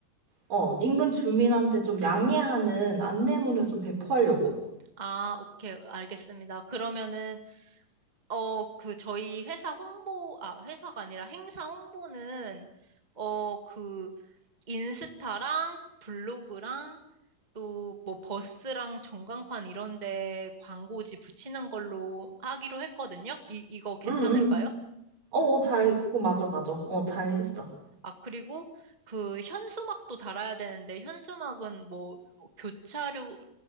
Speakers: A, on the right; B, on the right.
A: 어 인근 주민한테 좀 양해하는 안내문을 좀 배포하려고
B: 아, 오케이. 알겠습니다. 그러면은 어, 그, 저희 회사 홍보, 아, 회사가 아니라 행사 홍보는, 어, 그, 인스타랑 블로그랑 또 뭐 버스랑 전광판 이런 데 광고지 붙이는 걸로 하기로 했거든요? 이, 이거 괜찮을까요?
A: 응, 응. 어잘 그거 맞아 맞아 어 잘 했어
B: 아, 그리고 그 현수막도 달아야 되는데, 현수막은 뭐 교차로,